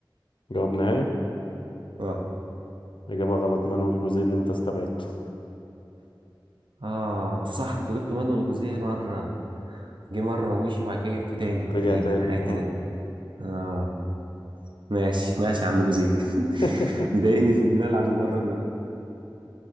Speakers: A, on the left; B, on the right.
A: جواب نهائي
B: اه
A: إجابة غلط مانويل جوزيه اللي أنت استبعدته
B: اه انتوا صح انتوا جبتوا مانويل جوزيه مره جه مره ومشي وبعد كده جبته تاني
A: ورجع
B: تقريبا
A: تاني
B: حاجه
A: اه
B: كده اه ماشي ماشي يا عم جوزيه
A: <laughs>
B: <laughs> مضايقني في الملعب وبره الملعب